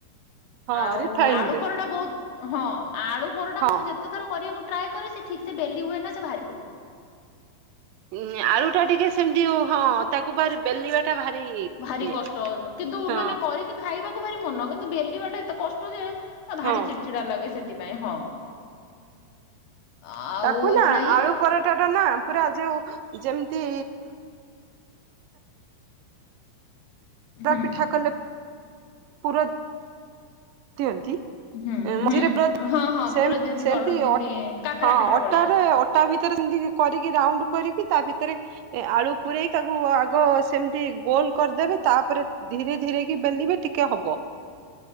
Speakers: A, on the right (about 75°); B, on the left (about 75°).
A: ହଁ
B: ଆଉ
A: ରିଫାଇନରେ
B: ଆଳୁ ପରଟା ବହୁତ ହଁ ଆଳୁ ପରଟା
A: ହଁ।
B: ମୁଁ ଯେ ତେ ଥର କରିବାକୁ ଟ୍ରାଏ କରେ ସେ ଠିକ୍ ସେ ବେଲି ହୁଏନା ସେ ବାହାରି ପଡିବ।
A: ଉଁ ଆଳୁ ଟା ଟିକେ ସେମିତି ହଁ ତାକୁ ବାର ବେଲିବା ଟା ଭାରି।
B: ଭାରି
A: ଇଏ
B: କଷ୍ଟ କିନ୍ତୁ
A: ହଁ
B: ମାନେ କରିକି ଖାଇବାକୁ ଭାରି ମନ କିନ୍ତୁ ବେଲିବାଟା ଏତେ କଷ୍ଟ ଯେ। ଏ ଭାରି
A: ହଁ
B: ଚିଡ଼ଚିଡ଼ା ଲାଗେ ସେଥିପାଇଁ ହଁ ଆଉ
A: ତାକୁ ନା
B: ଏଇଭଳିଆ ଇଏ।
A: ଆଳୁ ପରଟା ଟା ନା ପୁରା ଯୋଉ ଯେମିତି। କାକେରା
B: ହୁଁ
A: ପିଠା କଲେ ପୁର ଦିଅନ୍ତି।
B: ହୁଁ
A: ମଝିରେ
B: ହୁଁ
A: ପୁର
B: ହଁ ହଁ
A: ସେମତି
B: ପୁର ଦିଅନ୍ତି
A: ସେମିତି
B: ଗରଣ ଦିଅନ୍ତି
A: ଅ
B: କାକରା
A: ହଁ
B: ପିଠା
A: ଅଟାରେ।
B: ଭଳିଆ
A: ଖଟା ଭିତରେ ସେମତି କରିକି ରାଉଣ୍ଡ କରିକି ତା ଭିତରେ। ଏ ଆଳୁ ପୁରରେଇ ତାକୁ ଆଗ ସେମିତି ଗୋଲ କରିଦେବେ। ତାପରେ ଧୀରେ ଧୀରେ କି ବେଲିବେ ଟିକେ ହବ।